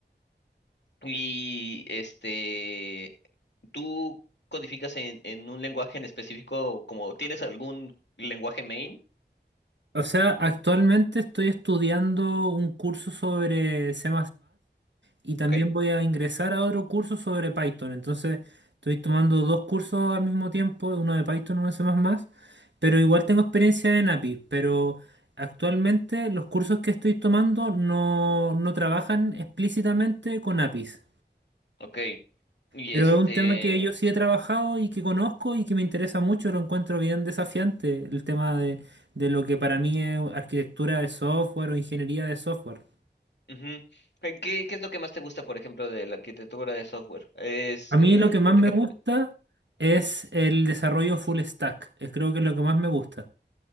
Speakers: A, on the left; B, on the right.
A: Y este, ¿tú codificas en, en un lenguaje en específico, como tienes algún lenguaje main?
B: O sea, actualmente estoy estudiando un curso sobre C++ y también
A: Ok,
B: voy a ingresar a otro curso sobre Python. Entonces, estoy tomando dos cursos al mismo tiempo, uno de Python y uno de C++, pero igual tengo experiencia en API, pero actualmente los cursos que estoy tomando no, no trabajan explícitamente con APIs.
A: ok. Y
B: Pero
A: este,
B: es un tema que yo sí he trabajado y que conozco y que me interesa mucho, lo encuentro bien desafiante, el tema de, de lo que para mí es arquitectura de software o ingeniería de software.
A: Ujú. Eh, ¿Qué, qué es lo que más te gusta, por ejemplo, de la arquitectura de software? Es,
B: A
A: eh,
B: mí lo que más
A: por
B: me
A: ejemplo,
B: gusta es el desarrollo full stack, eh, creo que es lo que más me gusta.